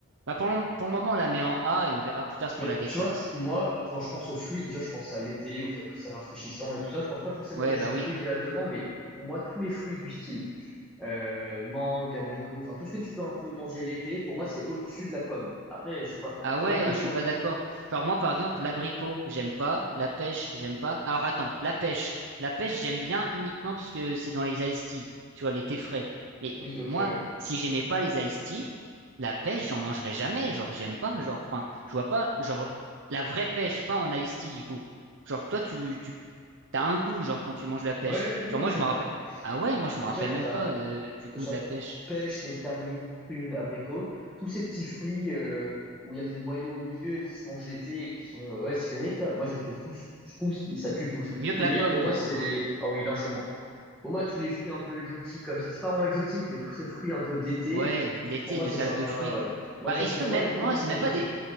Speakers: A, on the right; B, in the centre.
A: Bah pour, le- pour le moment, on la met en A et on verra plus tard si
B: Mais
A: on la déclasse.
B: tu vois, moi, quand je pense aux fruits, déjà, je pense à l'été, au fait que c'est rafraîchissant et tout ça. Je pense pas forcément
A: Ouais,
B: au jus
A: bah
B: de
A: oui.
B: fruits directement, mais pour moi, tous les fruits du style. euh, mangue, abricot, enfin tout ce que tu peux un peu manger l'été, pour moi c'est au-dessus de la pomme. Après, je sais pas,
A: Ah
B: genre
A: ouais,
B: l'abricot.
A: ah, je suis pas d'accord. Genre moi par exemple, l'abricot, j'aime pas, la pêche, j'aime pas. Alors attends, la pêche. La pêche, j'aime bien uniquement parce que c'est dans les iced tea, tu vois, les thés frais. Mais
B: Oui, ok,
A: moi,
B: ouais.
A: si j'aimais pas les iced tea, la pêche, j'en mangerais jamais, genre j'aime pas, genre enfin, je vois pas genre la vraie pêche pas en iced tea du coup. Genre toi tu tu t'as un goût genre quand tu manges la pêche.
B: Ouais, ouais,
A: Genre
B: moi
A: moi
B: j'aime
A: je me
B: bien.
A: rappelle Ah ouais, moi je me
B: Mais
A: rappelle
B: tu vois, quand
A: même
B: t'as,
A: pas euh, du goût
B: que ce
A: de
B: soit
A: la pêche.
B: pêche, nectarine, prune, abricot, tous ces petits fruits euh, où il y a des noyaux au milieu et qui se mangent l'été et qui sont euh, ouais, sphériques, là, moi je les trouve tous, je trouve, ils- ça tue tous.
A: Mieux que
B: Les
A: la
B: meilleurs
A: pomme
B: pour
A: toi
B: moi,
A: pour
B: c'est
A: toi.
B: les. Ah oui, largement. Pour moi, tous les fruits un peu exotiques, comme ça, c'est pas vraiment exotique, mais tous ces fruits un peu d'été,
A: Ouais, d'été
B: pour moi,
A: de
B: c'est
A: salade
B: sympa,
A: de fruits.
B: ouais. Moi,
A: Bah,
B: j'aime
A: est-ce
B: bien,
A: que même,
B: ouais, pour
A: moi,
B: moi, ça
A: c'est
B: fait ça
A: même
B: deux
A: pas
B: fruits.
A: des,